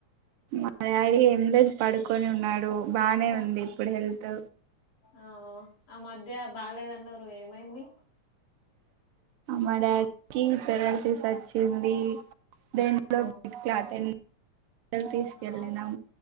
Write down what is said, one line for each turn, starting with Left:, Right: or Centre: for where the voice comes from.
Right: మా డాడీ ఎండకు పడుకొని ఉన్నాడు బానే ఉంది ఇప్పుడు హెల్త్
Left: ఆ ఆ మధ్య బాగాలేద అన్నారు ఏమైంది
Right: మా డాడీకి పెరాలసిస్ వచ్చింది దేంట్లో
Left: ఆ
Right: బ్లడ్ క్లాట్ <unintelligible> తీసుకెళ్ళినాం
Left: ఆ